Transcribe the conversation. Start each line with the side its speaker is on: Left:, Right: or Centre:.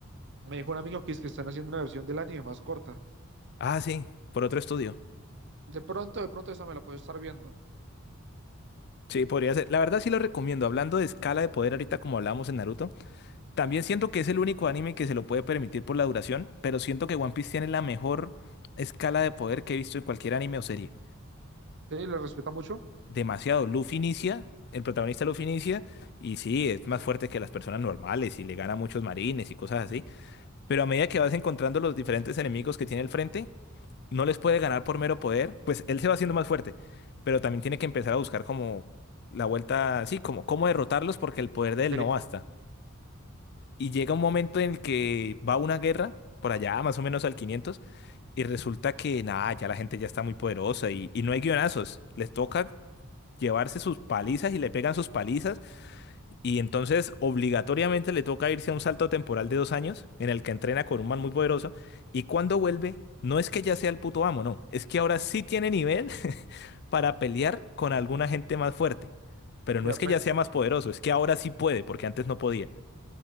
Right: me dijo un amigo que es que están haciendo una versión del anime más corta.
Left: Ah, sí, por otro estudio.
Right: De pronto, de pronto esa me la puedo estar viendo.
Left: Sí, podría ser. La verdad sí lo recomiendo. Hablando de escala de poder ahorita como hablamos en Naruto, También siento que es el único anime que se lo puede permitir por la duración, pero siento que One Piece tiene la mejor escala de poder que he visto en cualquier anime o serie.
Right: Sí, le respeta mucho.
Left: Demasiado. Luffy inicia, el protagonista Luffy inicia, y sí, es más fuerte que las personas normales y le gana a muchos marines y cosas así. Pero a medida que vas encontrando los diferentes enemigos que tiene al frente, no les puede ganar por mero poder, pues él se va haciendo más fuerte, pero también tiene que empezar a buscar como la vuelta, sí, como cómo derrotarlos porque el poder de
Right: Inteligente
Left: él no basta. Y llega un momento en el que va una guerra, por allá más o menos al 500, y resulta que nada, ya la gente ya está muy poderosa y, y no hay guionazos. Les toca llevarse sus palizas y le pegan sus palizas. Y entonces obligatoriamente le toca irse a un salto temporal de dos años en el que entrena con un man muy poderoso. Y cuando vuelve, no es que ya sea el puto amo, no. Es que ahora sí tiene nivel <laughs> para pelear con alguna gente más fuerte. Pero
Right: y
Left: no
Right: apenas
Left: es que ya sea más poderoso, es que ahora sí puede, porque antes no podía.